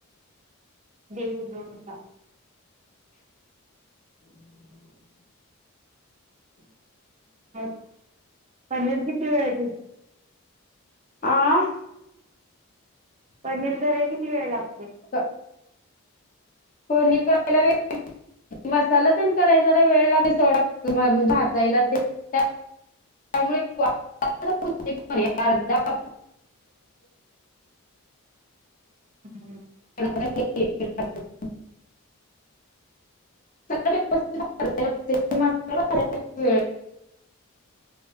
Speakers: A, on the right; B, on the left.
A: दीड, दोन तास. <inaudible> पनीर किती वेळ <inaudible>
B: आं
A: पनीर कराय किती वेळ लाग
B: का कोणी करायला. <inaudible> मसाला तेन कराय जरा वेळ लागते सोडा <inaudible> भाजायला ते त्या त्यामुळे <inaudible> अर्धा. <inaudible>
A: हम्म.
B: <inaudible> <unintelligible> <inaudible> वेळ